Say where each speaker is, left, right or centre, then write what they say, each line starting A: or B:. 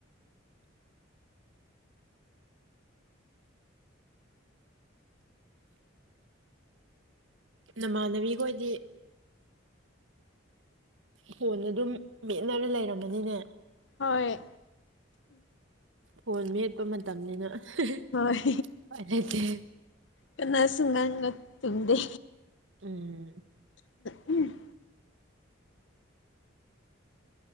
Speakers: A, on the right; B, on the left.
A: ꯅꯃꯥꯟꯅꯕꯤꯈꯣꯏꯗꯤ ꯐꯣꯟ ꯑꯗꯨꯝ ꯃꯦꯠꯅꯔ ꯂꯩꯔꯝꯃꯅꯤꯅꯦ
B: ꯍꯣꯏ
A: ꯐꯣꯟ ꯃꯦꯠꯄ ꯃꯇꯝꯅꯤꯅ ꯎꯄꯥꯏ
B: ꯍꯣꯏ
A: ꯂꯩꯇꯦ
B: ꯀꯅꯥꯁꯨ ꯉꯥꯡ ꯉꯛ ꯇꯨꯝꯗꯦ
A: ꯎꯝ
B: ꯎ ꯎꯝ